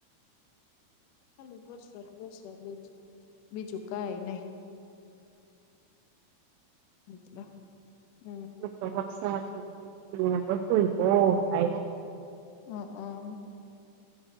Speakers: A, on the left; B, on the right.
A: ખાલી વરસાદ વરસાદ જ બીજુ કઈ નહી. મ હમ
B: તો વરસાદ વીજળી ને બધુ બવ થાય.
A: હ હ